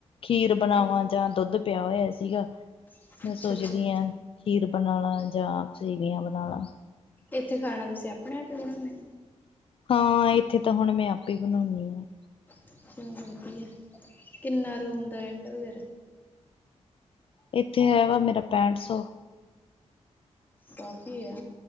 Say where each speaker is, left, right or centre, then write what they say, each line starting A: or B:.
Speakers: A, on the left; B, on the left.
A: ਖੀਰ ਬਣਾਵਾਂ
B: ਕੀ
A: ਜਾਂ ਦੋਧ ਪੇਆ ਓਯਾ ਸੀਗਾ,
B: ਅੱਛਾ
A: ਮੈਂ ਸੋਚਦੀ
B: ਅੱਛਾ
A: ਹਾਂ ਖੀਰ ਬਨਾ ਲਾ ਜਾਂ, ਸੇਵੀਆਂ ਬਣਾਲਾ।
B: ਇੱਥੇ ਖਾਣਾ ਤੁਸੀ ਅਪਣੇ ਆਪ ਈ ਬਣੌਨੇ?
A: ਹਾਂ ਇੱਥੇ ਤਾਂ ਹੁਣ ਮੈਂ ਆਪੈ ਈ ਬਣੋੰਨੀ ਆ।
B: ਅੱਛਾ ਵਦਿਆ, ਕਿਨਾ ਰੂਮ ਦਾ ਰੈਂਟ ਵਗੈਰਾ?
A: ਇੱਥੇ ਹੈ ਵਾ ਮੇਰਾ ਪੈਂਠ ਸੌ।
B: ਕਾਫੀ ਆ।